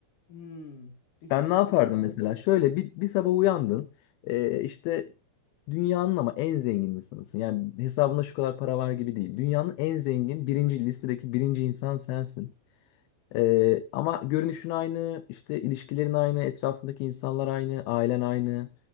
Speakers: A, on the left; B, on the left.
A: Hmm, bir sabah
B: Ben ne yapardım
A: uyandım.
B: mesela? Şöyle bir, bir sabah uyandın. Ee, işte dünyanın ama en zengin insanısın. Yani hesabında şu kadar para var gibi değil. Dünyanın en zengin birinci listedeki birinci insan sensin. Ee, ama görünüşün aynı, işte ilişkilerin aynı, etrafındaki insanlar aynı, ailen aynı,